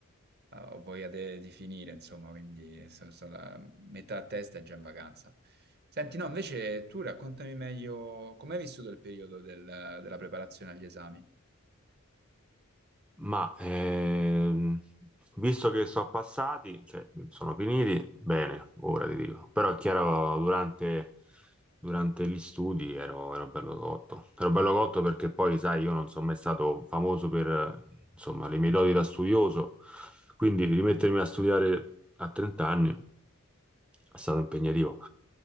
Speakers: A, on the right (about 50°); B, in the centre.
A: eh, ho voglia de- di finire, insomma, quindi so- so la- metà a testa è già in vacanza. Senti, no, invece tu raccontami meglio come hai vissuto il periodo del- della preparazione agli esami.
B: Ma ehm, visto che sono passati, cioè sono finiti, bene, ora ti dico. Però è chiaro, durante, durante gli studi ero, ero bello cotto. Ero bello cotto perché poi, sai, io non sono mai stato famoso per, eh, insomma, le mie doti da studioso. Quindi rimettermi a studiare a 30 anni è stato impegnativo.